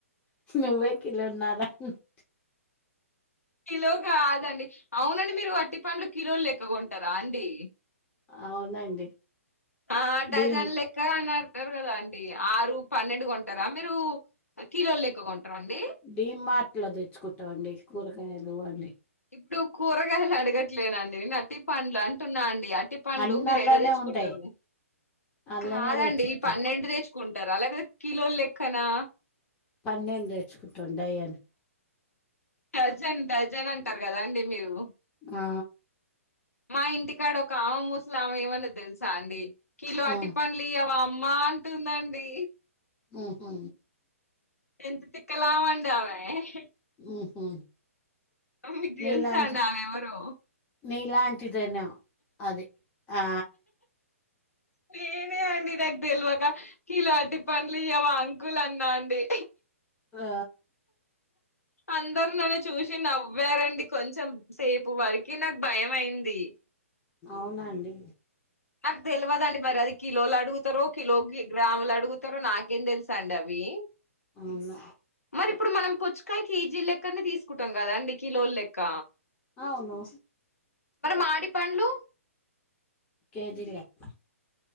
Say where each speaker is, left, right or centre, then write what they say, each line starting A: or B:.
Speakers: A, on the left; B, on the left.
A: నువ్వే కిలో ఉన్నారా అంటే
B: కిలో కాదండి అవునండి మీరు అట్టి పండ్లు కిలోలు లేక కొంటారా అండి
A: అవునండి
B: ఆ డజన్
A: డీ
B: లక్క అన్నారు. కొనర అండి. ఆరు పన్నెండు కొంటారా మీరు కిలోలు లెక్క కొంటారా అండి.
A: డీమార్ట్ లో తెచ్చుకుంటామండి కూరగాయలు అన్ని
B: ఇప్పుడు కూరగాయలు అడగట్లేదండి నేను అరటి పండ్లు అంటున్నా అండి అర్టి అరటి పండ్లు
A: అన్ని
B: మీరు
A: అల్లానే
B: యాడ తెచ్చుకుంటారు
A: ఉంటాయి అల్లనే
B: కాదండి
A: తెచ్చుకుంటాం
B: పన్నెండు తెచ్చు కుంటారా లేకపోతే కిలోలు లెక్కనా
A: పన్నెండు తెచ్చు రెండు డజన్లు
B: డజన్ డజన్ అంటారు కదా అండి మీరు
A: ఆ
B: మా ఇంటికాడ ఒక ఆమె ముసలి ఆమె ఏమన్నది తెలుసా అండి. కిలో అరటి
A: ఆ
B: పండ్లు ఇయ్యవా అమ్మ అంటుందండి.
A: ఉహూ
B: ఎంత తిక్కలామే అండి ఆమె ఆ
A: ఊహు
B: మీకు తెలుసా
A: నీలాంటిది
B: అండి ఆమె ఎవరో
A: నీలాంట్ పంటి ధైర్నం అది ఆ
B: నేనే అండి దగ్ తెల్వక కిలో అరటిపండ్లు ఇయ్యావా అంకుల్ అన్నా అండి.
A: ఆ
B: అందరు నన్ను చూసి నవ్వారండి కొంచెం సేపు వరకి నాకు భయం అయింది.
A: అవునండి.
B: నాకు తెలవదండి మరి అది కిలోలు అడుగుతు తరు కిలోకి గ్రాములడుగుతరు నాకే ఏం తెలుసండి అవి.
A: అవునా
B: మరి ఇప్పుడు మనం పుచ్చకాయ కేజీ లెక్కనే తీసుకుంటాం కదండి కిలోల్లెక్క
A: అవును.
B: మాడి పండ్లు
A: కేజీలెక్క